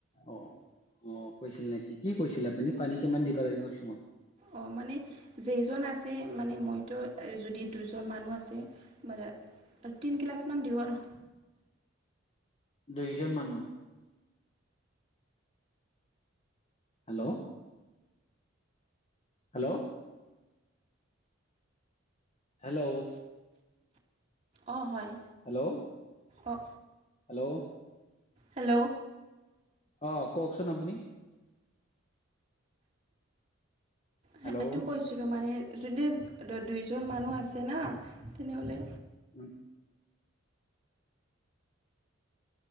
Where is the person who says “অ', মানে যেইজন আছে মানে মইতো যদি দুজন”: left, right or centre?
Right